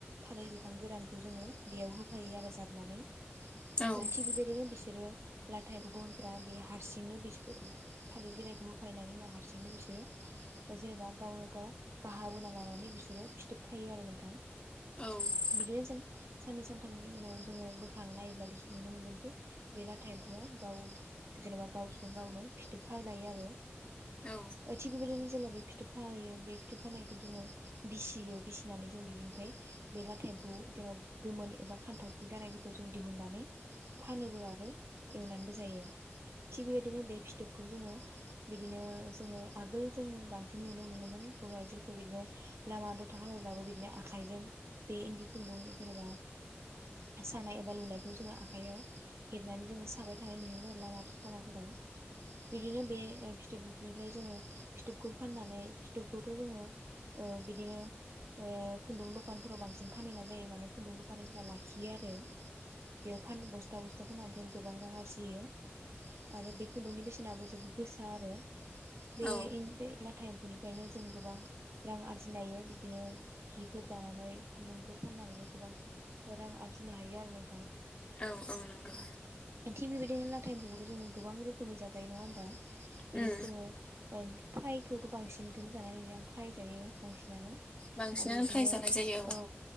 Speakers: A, on the right (about 80°); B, on the left (about 25°).
A: थालिर बिफां गोरानखौ जोङो बेयाव होफायो आरो जाबनानै ओ
B: औ उम
A: थिग बेबायदिनो बिसो रो लाथा एम्फौ गोमोनफोरा बे हारसिंनो बिस थालिर बिलाइखौ होफैनायनि उनाव हारसिंनो बिस सोरो जेनेबा गावनो गाव बाहाबोना लानानै बिसोरो फिथोब खायो आरो नों थां
B: औ
A: बिदिनो जों साननै सानथामनि उनाव जोङो बोखारना नायोब्ला नुनो मोनगोनदि बे लाथा एम्फौआ गाव जेनेबा गावजों गावनो फिथोब खाज्लायो आरो
B: औ
A: थिग बेबायदिनो जोङो बे फिथोब खाहोयो बे फिथोब खानायखौ जोङो बिसियो बिसिनानै जों बिनिफ्राय बे लाथा एम्फौखौ जोङो गोमोन एबा खान्थावख्रि जानाय फोरखौ जों दिहुननानै फानोबो आरो एवनानैबो जायो थिग बेबायदिनो बे फिथोब खौ जोङो बिदिनो जोङो आगोल जों बांसिन नुनो मो नोमोन बर' आजोफोरखौ बिदिनो लामा दथा <unintelligible> बिदिनो आखाइजों बे इन्दि खुुंन्दुं जेनेबा बा सानाय एबा लुनायखौ जोङो आखायाव हेबनानै जोङो साबाय थानाय नुयोमोन आरो लामा सामाफोराव बिदिनो बे फिथोबनिफ्राय जोङो फिथोब खौ फाननानै फिथोबखौथ' जोङो ओ बिदिनो ओ खुन्दुं दखानफोराव बांसिन फानहैना जायो मे खुन्दुं दखानि लाखियो आरो बेयाव फान बस फाननानै जों गोबां रां आरजियो आरो बे खुन्दुंनि बेसेनाबो जोबोद गोसा आरो बे
B: औ
A: इन लाथा एम्फौनि फ्रायनो जों गोबां रां आरजिनो हायो बिदिनो हिफोर दानानै खुन्दुंफोर फाननानैबो गो बां रां आरजिनो हायो आरो नों
B: औ औ नंगौ।
A: थिग बेबायदिनो लाथाइमफोरखौथ' जोङो गोबां रोखोमै जाजायो नङा होमबा
B: उम
A: बिदिनो जोङो ओ फ्रायखौथ' बांसिनखौननो जानाय नुयो आं फ्राय जायो बांसिनानो
B: बांसिनानो
A: आरो बिदिनो
B: फ्राय जानाय जायो
A: औ